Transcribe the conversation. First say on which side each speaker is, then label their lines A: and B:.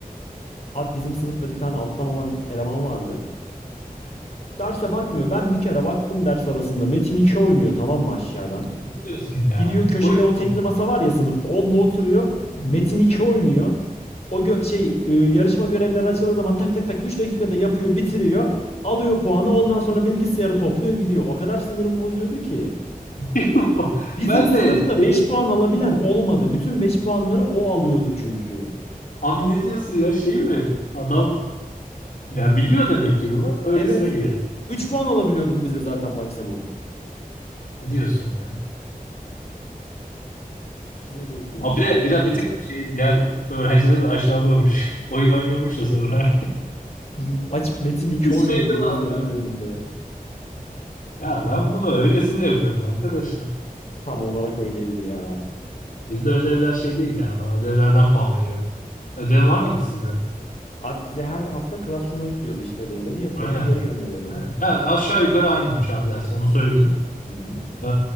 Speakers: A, on the left (about 45°); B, on the left (about 60°).
A: Abi bizim sınıfta bir tane alttan alan eleman vardı. Derse bakmıyor. Ben bir kere baktım ders arasında. Metin 2 oynuyor tamam mı aşağıdan.
B: Ne diyorsun ya?
A: Gidiyor köşede
B: Oyun mu
A: o tekli
B: oynadın?
A: masa var ya sınıfta. Onda oturuyor. Metin 2 oynuyor. O gö- şey e, yarışma görevleri açıldığı zaman tak tak tak 3 dakikada yapıyor, bitiriyor. Alıyor puanı. Ondan sonra bilgisayarı topluyor, gidiyor. O kadar sinirim bozuyordu ki.
B: <laughs>
A: Bizim
B: Ben
A: sınıfta
B: de şey,
A: 5 puan alabilen olmadı. Bütün 5 puanları o alıyordu çünkü.
B: abi ne diyorsun ya şey mi? Adam ya biliyor demek ki bunu. Öylesine
A: Evet.
B: giriyor.
A: 3 puan alabiliyordum bize zaten maksimum.
B: Ne diyorsun ya?
A: Çok sinir bozucuydu.
B: Abi
A: Sinirim
B: bir de bir,
A: bozuldu
B: de bir tık
A: ya.
B: şey diğer öğrencileri de aşağılıyormuş. <laughs> Oyun oynuyormuş ya sonra.
A: M- Açıp Metin
B: <laughs>
A: 2
B: Hiç
A: oynuyordu
B: şey değil
A: gözlerimin
B: mi abi?
A: önünde.
B: Ya ben bunu öylesine yapıyorum arkadaşlar.
A: Tam olarak öyleydi ya.
B: Bizde ödevler şey değil ya ama ödevlerden puan veriyor. Ödev var mıydı sizde?
A: Abi bizde her hafta Classroom'a yüklüyordu işte ödevleri yapıyordun
B: Aynen.
A: geri gönderiyordun.
B: Aynen. Ya aşağı yukarı aynıymış abi ders onu söyleyeyim.
A: Hı hı.
B: Ee,